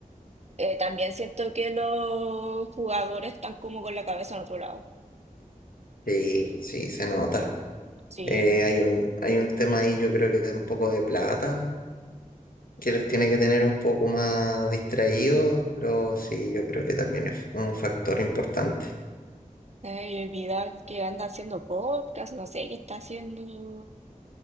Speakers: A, on the right; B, on the left.
A: eh, también siento que los jugadores están como con la cabeza en otro lado.
B: Sí, sí, se nota.
A: Sí,
B: Eh, hay un, hay un tema ahí, yo creo que un poco de plata que los tiene que tener un poco más distraídos, pero sí, yo creo que también es un factor importante.
A: eh, y el Vidal que anda haciendo podcast, no sé qué está haciendo